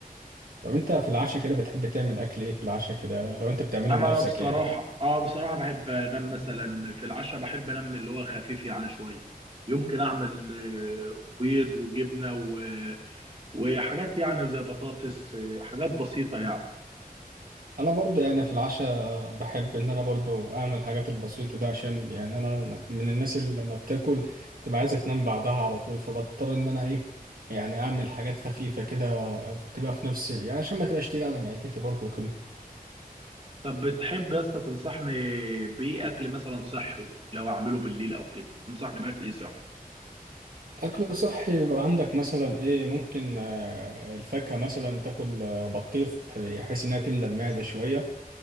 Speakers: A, on the right; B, on the right.
A: طب انت في العشاء كده بتحب تعمل اكل ايه في العشاء كده لو انت بتعمله
B: انا
A: لنفسك
B: بصراحه
A: يعني
B: اه بصراحه بحب انام مثلا في العشاء بحب انام اللي هو خفيف يعني شويه يمكن اعمل آه، بيض وجبنه و... وحاجات يعني زي بطاطس آه، حاجات بسيطه يعني
A: انا برضو يعني في العشاء بحب ان انا برضو اعمل الحاجات البسيطه ده عشان يعني انا من الناس اللي لما بتاكل تبقى عايزه تنام بعدها على طول فبضطر ان انا ايه يعني اعمل حاجات خفيفه كده بتبقى في نفس يعني عشان ما تبقاش تقيله على معدتي برضو كده
B: طب بتحب يا اسطى تنصحني بايه اكل مثلا صحي لو اعمله بالليل او كده تنصحني باكل ايه صحي
A: اكل صحي يبقى عندك مثلا ايه ممكن آه، الفاكهه مثلا تاكل آه، بطيخ بحيث انها تملى المعده شويه